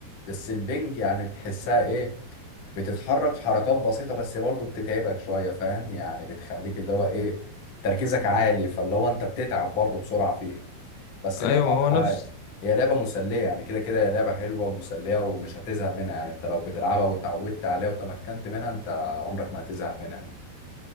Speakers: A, on the left; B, on the left.
A: بس البنج يعني بتحسها ايه بتتحرك حركات بسيطة بس برضه بتتعبك شوية فاهم يعني بتخليك اللي هو ايه تركيزك عالي فاللي هو انت بتتعب برضه بسرعة فيها بس
B: أيوة
A: لعبة
B: ما هو نفس
A: هي لعبة مسلية يعني كده كده هي لعبة حلوة ومسلية ومش هتزهق منها يعني انت لو بتلعبها وتعودت عليها وتمكنت منها انت عمرك ما هتزهق منها يعني